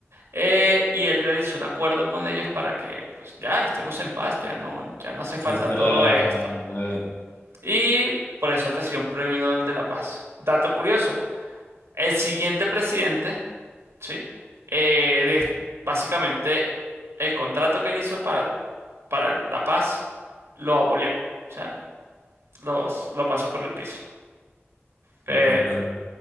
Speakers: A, on the right; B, on the left.
A: Eh, y él realizó un acuerdo con ellos para que pues ya estemos en paz, ya no, ya no hace falta
B: Se cierra
A: todo
B: la,
A: esto.
B: la
A: Y por eso recibió un premio Nobel de la Paz. Dato curioso, el siguiente presidente, ¿sí? Eh, de- básicamente el contrato que él hizo para para la paz, lo abolió. O sea, los, lo pasó por el piso. Pero
B: Oh, qué pena.